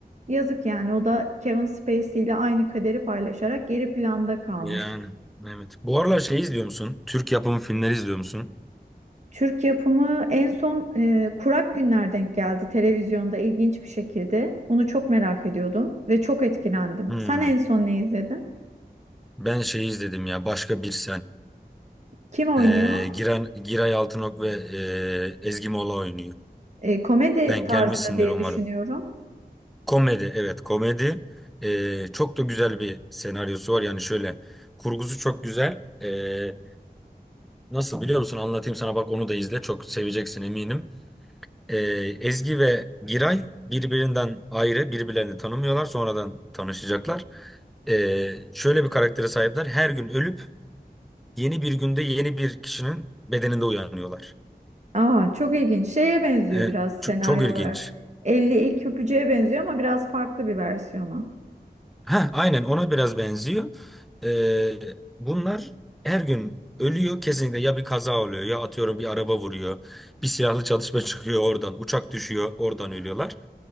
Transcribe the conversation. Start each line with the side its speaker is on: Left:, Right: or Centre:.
Right: Yazık yani o da Kevin Spacey ile aynı kaderi paylaşarak geri planda kalmış.
Centre: Yani evet. Bu aralar şey izliyor musun? Türk yapımı filmleri izliyor musun?
Right: Türk yapımı en son e, Kurak Günler denk geldi televizyonda ilginç bir şekilde. Onu çok merak ediyordum ve çok etkilendim.
Centre: Hmm.
Right: Sen en son ne izledin?
Centre: Ben şey izledim ya Başka Bir Sen.
Right: Kim oynuyor?
Centre: Ee, Giren, Giray Altınok ve ee, Ezgi Mola oynuyor.
Right: E, komedi
Centre: Denk
Right: tarzı
Centre: gelmişsindir
Right: diye
Centre: umarım.
Right: düşünüyorum.
Centre: Komedi evet komedi. Ee, çok da güzel bir senaryosu var. Yani şöyle kurgusu çok güzel. Ee, nasıl biliyor musun? Anlatayım sana bak onu da izle. Çok seveceksin eminim. Ee, Ezgi ve Giray birbirinden ayrı, birbirlerini tanımıyorlar. Sonradan tanışacaklar. Ee, şöyle bir karaktere sahipler. Her gün ölüp yeni bir günde yeni bir kişinin bedeninde uyanıyorlar.
Right: Aa, çok ilginç. Şeye benziyor
Centre: Ee,
Right: biraz senaryo
Centre: ço- çok ilginç.
Right: olarak. Elli ilk öpücüğe benziyor ama biraz farklı bir versiyonu.
Centre: Heh, aynen ona biraz benziyor. Ee, bunlar her gün ölüyor kesinlikle ya bir kaza oluyor ya atıyorum bir araba vuruyor. Bir silahlı çalışma <laughs> çıkıyor oradan uçak düşüyor oradan ölüyorlar.